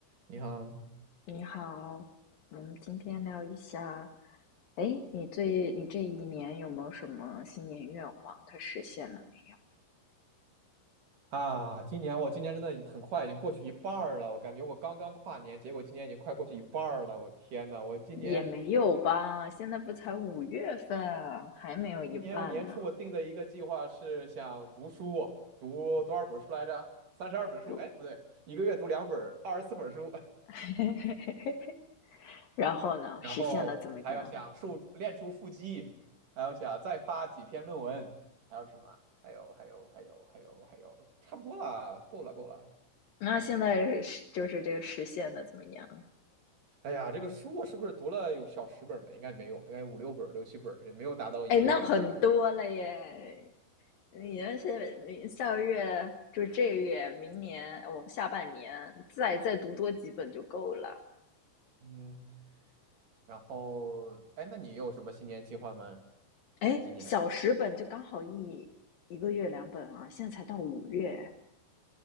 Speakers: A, on the right; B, on the left.
A: 你好
B: 你好，我们今天聊一下，哎，你最你这一年有没有什么新年愿望？它实现了没
A: 啊！今年我今年真的很快，已经过去一半儿了。我感觉我刚刚跨年，结果今年已经快过去一半儿了。我天呐，我今年
B: 有？也没有吧，现在不才五月份，还没有一半呢。
A: 今年我年初我定的一个计划是想读书，读多少本书来着？三十二本书，
B: 对，
A: 哎，不对，一个月读两本，二十四本书。<laughs>
B: <laughs> 然后呢，
A: 然后还要想瘦练出腹肌，
B: 实现了怎么样？
A: 还要想再发几篇论文，还有什么？还有还有还有还有还有，差不多了，够了够了，
B: 那现在是就是这个实现的怎么样？
A: 哎呀，这个书我是不是读了有小十本儿吧？应该没有，应该五六本儿、六七本儿，也没有达到一个月两本儿的目标。
B: 哎，那很多了耶！你那些你下个月就这个月，明年我下半年再再读多几本就够了。
A: 嗯，然后，哎，那你有什么新年计划吗？
B: 哎，
A: 今年，
B: 小十本就刚好一一个月两本啊，现在才到五月，